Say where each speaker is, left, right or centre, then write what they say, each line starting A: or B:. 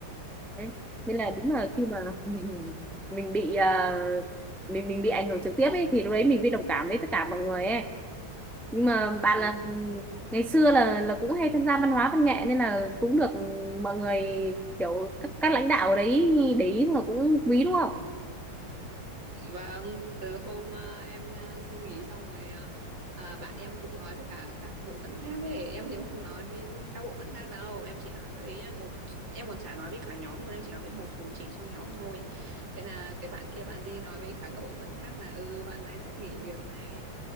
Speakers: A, in the centre; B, on the right (about 65°).
A: Đấy. nên là đúng là khi mà <laughs> mình mình bị ờ, mình mình bị ảnh hưởng trực tiếp ấy thì lúc đấy mình bị đồng cảm với tất cả mọi người ấy nhưng mà bạn
B: ừ.
A: là ngày xưa là là cũng hay tham gia văn hóa văn nghệ nên là cũng được mọi người kiểu các, các lãnh đạo ở đấy để ý thôi cũng quý đúng không
B: Vâng, từ hôm à, em à, xin nghỉ xong rồi à, à, bạn em cũng nói với cả các bộ phận khác ấy, em thì em không nói với các bộ phận khác đâu, em chỉ nói với một em còn chả nói với cả nhóm luôn, em chỉ nói với một số chị trong nhóm thôi. Thế là cái bạn kia bạn đi nói với cả các bộ phận khác là ừ bạn này sắp nghỉ việc này.